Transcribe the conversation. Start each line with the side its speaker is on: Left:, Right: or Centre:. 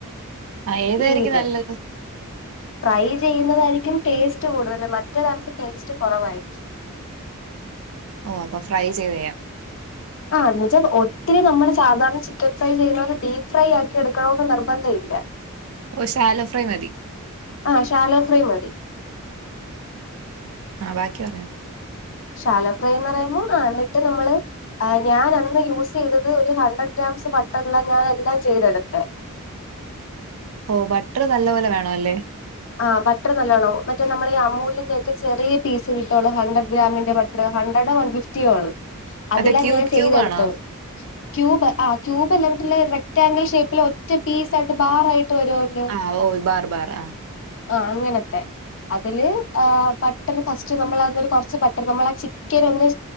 Right: ആഹ് ഏതായിരിക്കും
Left: ഈ ഇത്
Right: നല്ലത്
Left: ഫ്രൈ ചെയ്യുന്നതായിരിക്കും ടേസ്റ്റ് കൂടുതല് മറ്റത് കൊർച്ച് ടേസ്റ്റ് കുറവായിരിക്കും
Right: ഓ അപ്പൊ ഫ്രൈ ചെയ്ത് ചെയ്യാം
Left: ആന്ന് വെച്ചാൽ ഒത്തിരി നമ്മള് സാധാരണ ചിക്കൻ ഫ്രൈ ചെയ്യണല് ഡീപ്പ് ഫ്രൈ ആക്കി എടുക്കണമന്ന് നിർബന്ധം ഇല്ല <inaudible>
Right: ഓ ശാലോ ഫ്രൈ മതി
Left: ആഹ് ഷാലോ ഫ്രൈ മതി
Right: ആഹ് ബാക്കി പറയാേ
Left: ശാലോ ഫ്രൈ എന്ന് പറയുമ്പോ ആഹ് എന്നിട്ട് നമ്മള് ആഹ് ഞാനന്ന് യൂസ് ചെയ്തത് ഒരു ഹൺഡ്രഡ് ഗ്രാംസ് ബട്ടൻലാ ഞാനെല്ലാം ചെയ്തെടുത്തെ
Right: ഓ ബട്ടറ് നല്ല പോലെ വേണം അല്ലേ
Left: ആഹ് ബട്ടർ നല്ലവണാവും മറ്റേ നമ്മൾ ഈ അമൂലിന്റെയൊക്കെ ചെറിയ പീസ് കട്ടുള്ളൂ ഹണ്ട്രഡ് ഗ്രാമിന്റെ ബട്ടർ ഹൺഡ്രഡോ വൺ ഫിഫ്റ്റിയോ ആണ് അതില
Right: മറ്റേ ക്യൂബ്
Left: ഞാൻ ചെയ്തെടുത്തത്
Right: ക്യൂബ് ആണോ
Left: ക്യൂബ് ആഹ് ക്യൂബ് അല്ല വട്ടില് റെക്ടാംഗിൾ ഷേപ്പിൽ ഒറ്റ പീസ് ആയിട്ട് ബാറ് ആയിട്ട് വരുവല്ലോ
Right: ആഹ് ഓ ബാർ ബാർ ആഹ്
Left: ആഹ് അങ്ങനത്തെ അതില് ബട്ടർ ഫസ്റ്റ് നമ്മൾ അതരു കുറച്ച് ബട്ടർ നമ്മൾ ആ ചിക്കൻ ഒന്ന്